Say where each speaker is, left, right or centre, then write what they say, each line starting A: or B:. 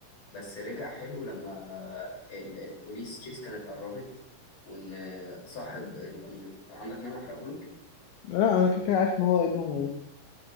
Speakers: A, on the left; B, on the left.
A: بس رجع حلو لما ال البوليس تشيس كانت قربت وإن صاحب أنت أم- عندك مانع أحرقهولك
B: لا انا كده كده عارف ان هو ابنه موته